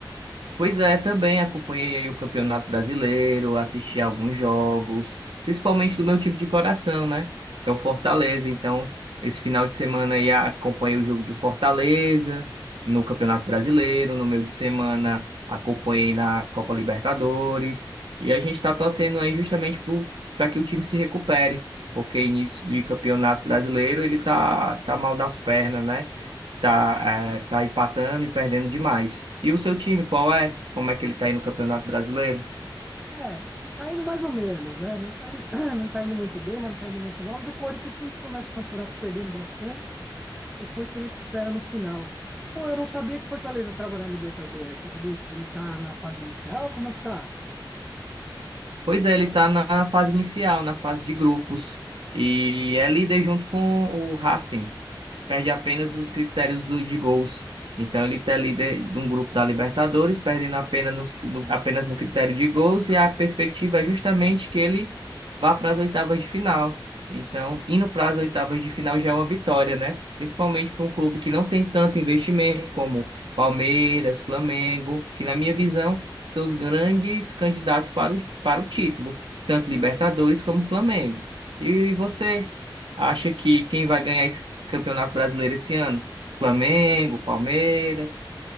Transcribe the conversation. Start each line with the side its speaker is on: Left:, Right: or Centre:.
Right: Pois é, também acompanhei aí o Campeonato Brasileiro, assisti alguns jogos, principalmente do meu time de coração, né? Que é o Fortaleza. Então, esse final de semana aí acompanhei o jogo do Fortaleza no Campeonato Brasileiro, no meio de semana acompanhei na Copa Libertadores, e a gente está torcendo aí justamente para que o time se recupere. Porque início de campeonato brasileiro ele tá, tá mal das pernas, né? tá, é, tá empatando e perdendo demais. E o seu time, qual é? Como é que ele tá aí no Campeonato Brasileiro?
Centre: É, tá indo mais ou menos, né? Não tá indo, <clears throat> não tá indo muito bem, mas não tá indo muito mal, mas o Corinthians sempre começa o campeonato perdendo bastante, depois se recupera no final. Pô, eu não sabia que Fortaleza estava na Libertadores, ele, ele tá na fase inicial, como é que tá?
Right: Pois é, ele tá na fase inicial, na fase de grupos. E é líder junto com o Racing. perde apenas nos critérios do, de gols. Então ele está líder de um grupo da Libertadores, perdendo apenas, nos, no, apenas no critério de gols, e a perspectiva é justamente que ele vá para as oitavas de final. Então, indo para as oitavas de final já é uma vitória, né? Principalmente para um clube que não tem tanto investimento como Palmeiras, Flamengo, que na minha visão são os grandes candidatos para o, para o título, tanto Libertadores como Flamengo. E você acha que quem vai ganhar esse Campeonato Brasileiro esse ano. Flamengo, Palmeiras.